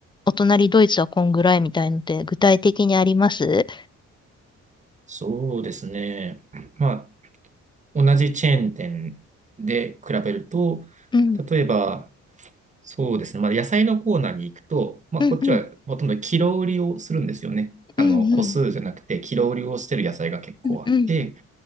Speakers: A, on the left (about 15°); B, on the right (about 25°).
A: お隣ドイツはこんぐらいみたいので具体的にあります？
B: そうですね。まあ、同じチェーン店で比べると、
A: うん
B: 例えば、そうですね、まあ、野菜のコーナーに行くと、まあ、
A: うんうん
B: こっちはほとんどキロ売りをするんですよね。あの、
A: うんうん
B: 個数じゃなくて、キロ売りをしてる野菜が結構あって、
A: うん